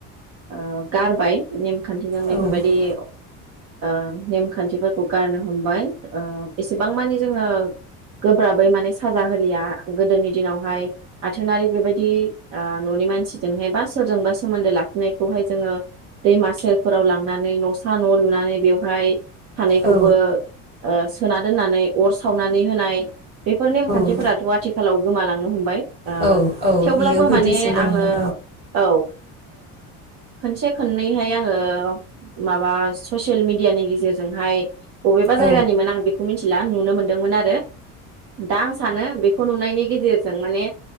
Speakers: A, on the right (about 50°); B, on the right (about 30°).
A: ओह गारबाय माने खान्थिनाङै
B: औ
A: फोरबायदि ओह नेमखान्थिफोरखौ गारनो हमबाय ओह एसेबां मानि जोङो गोब्राबै माने साजा होलिया गोदोनि दिनावहाय आथोनारि बेबायदि बि ओह न'नि मानसिजोंहाय बा सोरजोंबा सोमोन्दो लाखिनायखौहाय जोङो दैमासेरफोराव लांनानै न'सा न' लुनानै बेवहाय सानैखौबो
B: औ
A: ओह सोना दोननानै अर सावनानै होनाय। बेफोर नेमखान्थिफोराथ'
B: औ
A: आथि आथिखालाव गोमालांनो हमबाय। ओह
B: औ औ
A: थेवब्लाबो
B: बियो गोदोसो
A: माने
B: दंमोन
A: आङो औ ओह खनसे खन दिनैहाय आङो माबा ससियेल मिडियानि गेजेरजोंहाय। बबेबा जायगानिमोन
B: औ
A: आं बेखौ मिथिला। आं नुनो मोन्दोंमोन आरो। दा आं सानो बेखौ खौ नुनायनि गेजेरजों माने